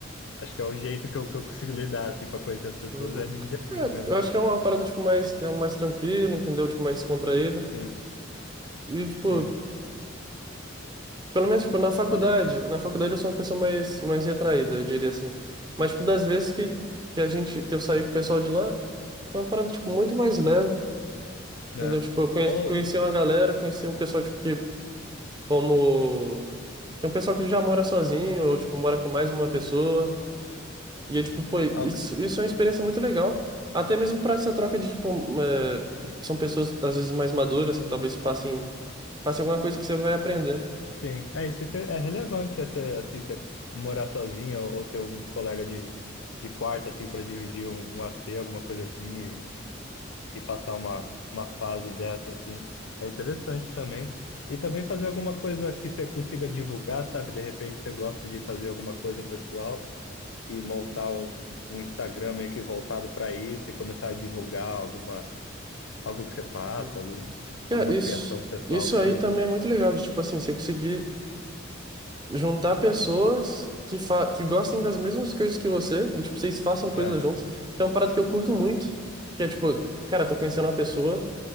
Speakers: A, on the left; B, on the right.
A: Acho que é o jeito que eu, que eu consigo lidar, assim, pra conhecer as pessoas,
B: Uhum.
A: é amigo de
B: É,
A: amigo mesmo.
B: eu acho que é uma parada, tipo, mais, mais tranquila, entendeu? Tipo, mais descontraída.
A: Sim,
B: E, tipo,
A: sim,
B: Pelo menos, tipo, na faculdade.
A: falei.
B: Na faculdade eu sou uma pessoa mais, mais retraída, eu diria assim. Mas, tipo, das vezes que, que a gente, que eu saí com o pessoal de lá, foi uma parada, tipo, muito mais leve,
A: É.
B: entendeu? Tipo, eu conheci,
A: Ou,
B: conheci uma galera, conheci um pessoal, tipo, que, como... Tem um pessoal que já mora sozinho, ou, tipo, mora com mais uma pessoa. E, é, tipo, pô,
A: algo,
B: isso, isso é uma experiência muito legal. Até mesmo pra essa troca de, tipo, um, é, são pessoas, às vezes, mais maduras, que talvez passem, passem alguma coisa que você vai aprender.
A: sim, é isso, é ter- é relevante essa, assim, você morar sozinho ou, ou ter algum colega de, de quarto, assim, pra dividir um, um AP, alguma coisa assim, e, e passar uma, uma fase dessa, assim. É interessante também. E também fazer alguma coisa que você consiga divulgar, sabe? De repente você gosta de fazer alguma coisa pessoal e montar um, um Instagram meio que voltado para isso e começar a divulgar alguma, algo que você faça,
B: Uhum.
A: algum, alguma
B: É, isso,
A: criação pessoal
B: isso
A: sua.
B: aí também é muito legal, de tipo assim, você conseguir juntar pessoas que, fa que gostem das mesmas coisas que você, e tipo, vocês façam coisas
A: É,
B: juntos. Tem uma parada que eu curto muito, que é tipo, cara, tô conhecendo uma pessoa